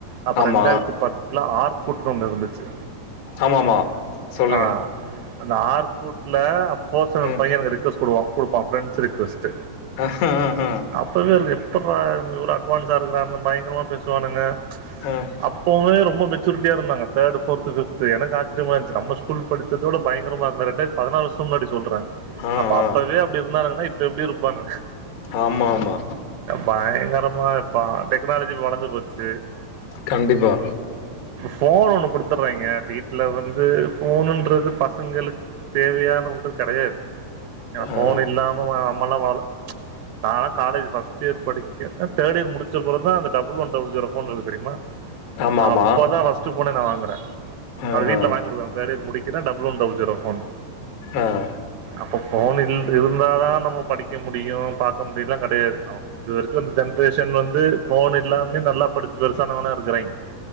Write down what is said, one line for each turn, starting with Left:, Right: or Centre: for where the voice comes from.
Right: அப்ப
Left: ஆமா
Right: ரெண்டாயிரத்தி பத்துல ஆர்கூட்னு ஒண்ணு இருந்துச்சு.
Left: ஆமாமா சொல்லுங்க.
Right: ஆ அந்த ஆர்க்கூட்ல அப்ப பர்சனல்
Left: ம்
Right: பையன் எனக்கு ரெக்வஸ்ட்டு குடுப்பா குடுப்பா பிரண்ட்ஸ் ரெக்வெஸ்ட்
Left: <unintelligible>
Right: அப்பவே இவனுங்க எப்பட்ற இவ்னூங்க இவ்ளோ அட்வான்ஸா இருக்கிறானுங்க பயங்கரமா பேசுவானுங்க
Left: ம்
Right: அப்பவும ரொம்ப மெச்சூரிட்டியா இருந்தாங்க தேர்டு ஃபோர்த்து ஃபிப்த்து எனக்கு ஆச்சரியமா இருந்ஞ்சி நம்ம ஸ்கூல் படிச்சதோட பயங்கரமா இருக்கா ரெண்டாயிரத் பதினாறல் வருஷம் முன்னாடி சொல்றே
Left: ஆ
Right: அப்ப அப்பவே
Left: ஆ
Right: அப்டி இருந்தானுங்கன்னா இப்ப எப்டி இருப்பானுங்க
Left: ஆமா ஆமா
Right: பயங்கரமா இப்ப டெக்னாலஜி வளந்து போச்சு
Left: கண்டிப்பா
Right: போன் ஒண்ணு குடுத்துற்றாய்ங்க வீட்டுல வந்து போனுன்றது பசங்களுக் தேவையான ஒன்று கெடையாது யா போன்
Left: ஆ
Right: இல்லாம வா நம்மலா வாழ்ல நால்லா காலேஜ் ஃபஸ் ட் இயர் படிக்க அஹ் தேர்ட் இயர் முடிச்சப்புறம்தா அந்த double one double zero phone இருக்கு தெரியுமா
Left: ஆமா ஆமா
Right: அப்பதா ஃபஸ்ட் போனோ நா வாங்குறே
Left: ஆஹா
Right: அது வீட்ல வாங்கி குடுத்தாங் தேர்ட் இயர் முடிக்கிறே double one double zero phone
Left: ஆஹ்
Right: அப்ப போன் இருந்தாதா நம்ம படிக்க முடியு பாக்க முடியும்ல்லா கெடையாது நம் இது வரைக்கு இந்த ஜென்ரேஷன் வந்து ஃபோன் இல்லாமே நல்லா படிச்சு பெருசானவய்ங்கல்லா இருக்குறாய்ங்